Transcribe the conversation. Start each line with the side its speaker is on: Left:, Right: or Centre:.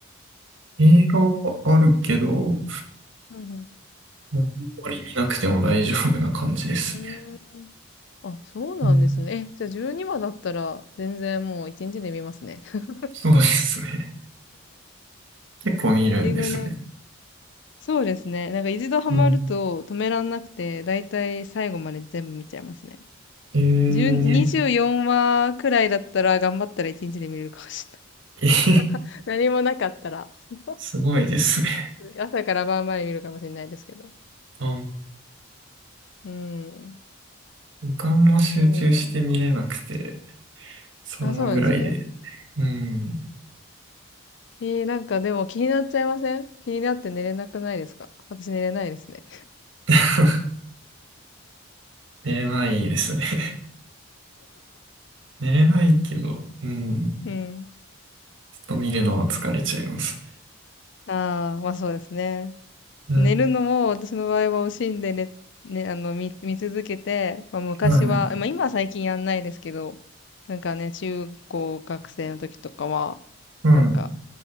Right: 映画はあるけど、も
Left: うん
Right: うあんまり見なくても大丈夫な感じですね。
Left: うん。うーん。あ、そうなんですね。
Right: うん。
Left: え、じゃあ12話だったら全然もう1日で見ますね。<laughs>
Right: そうですね。結構見るんですね。
Left: 一度なんか、そうですね。なんか一度ハマると止めらんなくて、
Right: うん。
Left: だいたい最後まで全部見ちゃいますね。
Right: えー、
Left: 10 24話くらいだったら頑張ったら1日で見れるかもしれない。
Right: え、
Left: <laughs> 何もなかったら。<laughs>
Right: すごいですね。
Left: 朝から晩まで見るかもしれないですけど。
Right: あ
Left: うん。
Right: 時間も集中して見れなくて、
Left: そうなん。
Right: そのぐらいで、
Left: あ、そうなんですね。
Right: うん、
Left: えー、なんかでも気になっちゃいません気になって寝れなくないですか私寝れないですね。
Right: <laughs> 寝れないですね。<laughs> 寝れないけど、うん、
Left: うん。
Right: ちょっと見るのは疲れちゃいます。
Left: ああ、まあそうですね。
Right: うん、
Left: 寝るのも私の場合は惜しんでね、ね、あの、見、見続けて、まあ、昔は、
Right: はい、
Left: まあ、今は最近やんないですけど、なんかね、中高学生の時とかは、
Right: うん、
Left: なんか、